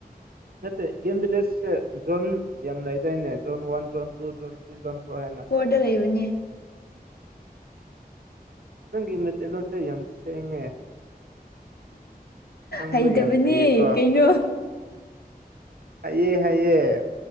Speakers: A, on the right; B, on the left.
A: ꯅꯠꯇꯦ ꯒꯦꯝ ꯚꯤꯂꯦꯖꯁꯦ ꯖꯣꯟ ꯌꯥꯝꯅ ꯂꯩꯗꯥꯏꯅꯦ zone one zone two zone three zone four ꯍꯥꯏꯅ
B: ꯗ ꯂꯩꯕꯅꯦ
A: ꯅꯪꯒꯤ ꯃꯩꯇꯩꯂꯣꯟꯁꯦ ꯌꯥꯝ ꯁꯦꯡꯉꯦ ꯉꯥꯡꯕ
B: ꯍꯩꯇꯕꯅꯦ
A: ꯌꯥꯝ ꯍꯩꯌꯦꯀꯣ
B: ꯀꯩꯅꯣ
A: ꯍꯥꯏꯑꯦ ꯍꯥꯏꯌꯦꯦ